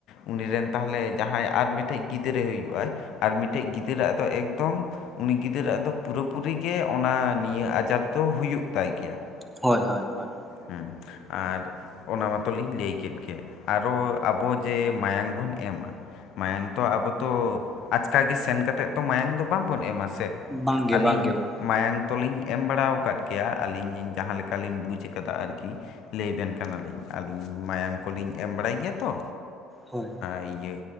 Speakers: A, on the left; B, in the centre.
A: ᱩᱱᱤ ᱨᱮᱱ ᱛᱟᱦᱚᱞᱮ ᱡᱟᱦᱟᱸᱭ ᱟᱨ ᱢᱤᱫᱴᱮᱡ ᱜᱤᱫᱽᱨᱟᱹᱭ ᱦᱩᱭᱩᱜ ᱟᱭ ᱟᱨ ᱢᱤᱫᱴᱮᱡ ᱜᱤᱫᱽᱨᱟᱹ ᱟᱜ ᱫᱚ ᱮᱠᱫᱚᱢ ᱩᱱᱤ ᱜᱤᱫᱟᱹᱨ ᱟ ᱫᱚ ᱯᱩᱨᱟᱹ ᱯᱩᱨᱤ ᱜᱮ ᱚᱱᱟ ᱱᱤᱭᱟᱹ ᱟᱡᱟᱨ ᱫᱚ ᱦᱩᱭᱩᱜ ᱛᱟᱭ ᱜᱮᱭᱟ ᱾
B: ᱦᱳᱭ ᱦᱳᱭ ᱦᱳᱭ
A: ᱦᱮᱸ ᱟᱨ ᱚᱱᱟ ᱢᱟᱛᱚᱞᱤᱧ ᱞᱟᱹᱭ ᱠᱮᱫ ᱜᱮ ᱟᱨᱚ ᱟᱵᱚ ᱡᱮ ᱢᱟᱭᱟᱝ ᱵᱚᱱ ᱮᱢᱟ ᱢᱟᱭᱟᱝ ᱛᱚ ᱟᱵᱚ ᱛᱚ ᱟᱪᱠᱟ ᱜᱮ ᱥᱮᱱ ᱠᱟᱛᱮᱜ ᱛᱚ ᱢᱟᱭᱟᱝ ᱫᱚ ᱵᱟᱝ ᱵᱚᱱ ᱮᱢᱟ ᱥᱮ
B: ᱵᱟᱝᱜᱮ
A: ᱟᱹᱞᱞᱤᱧ
B: ᱵᱟᱝᱜᱮ ᱵᱟᱝᱜᱮ
A: ᱢᱟᱭᱟᱝ ᱛᱚᱞᱤᱧ ᱮᱢ ᱵᱟᱲᱟᱣ ᱠᱟᱫ ᱜᱮᱭᱟ ᱟᱹᱞᱤᱧ ᱤᱧ ᱡᱟᱦᱟᱸ ᱞᱮᱠᱟᱞᱤᱧ ᱵᱩᱡ <unintelligible> ᱟᱨᱠᱤ ᱞᱟᱹᱭ ᱟᱵᱮᱱ ᱠᱟᱱᱟᱞᱤᱧ ᱟᱹᱞᱤᱧ ᱢᱟᱭᱟᱝ ᱠᱚᱞᱤᱧ ᱮᱢ ᱵᱟᱲᱟᱭ ᱜᱮᱭᱟ ᱛᱚ
B: ᱦᱳᱭ
A: ᱤᱭᱟᱹ